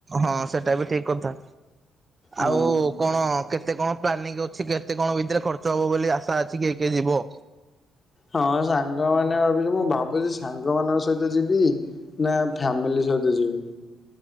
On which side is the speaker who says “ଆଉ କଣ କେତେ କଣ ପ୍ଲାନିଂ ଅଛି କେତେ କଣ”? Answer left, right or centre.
Right